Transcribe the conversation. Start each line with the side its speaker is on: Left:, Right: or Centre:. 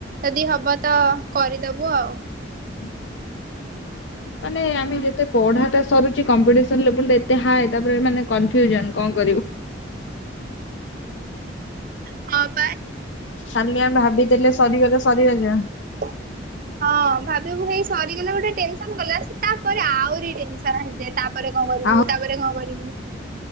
Right: ଯଦି ହବ ତ କରିଦବୁ ଆଉ।
Left: <inaudible>
Right: ହଁ
Left: ମାନେ ଆମେ ଯେତେ ପଢାଟା ସରୁଛି କମ୍ପିଟିସନ ଲେବୁଲରେ ଏତେ ହାଏ। ତାପରେ ମାନେ କନଫ୍ୟୁଜନ କଣ କରିବୁ?
Right: ଆପ
Left: ଖାଲି ଆମେ ଭାବି ଦେଲେ ସରିଗଲେ ସରି <unintelligible>
Right: ହ ହଁ ଭାବିବୁ ହେଇ ସରିଗଲେ ଗୋଟେ ଟେନସନ ଗଲା ତାପରେ ଆହୁରି ଟେନସନ ଆସିଯାଏ। ତାପରେ କଣ କରିବୁ?
Left: ଆଉ
Right: ତାପରେ କଣ କରିବୁ?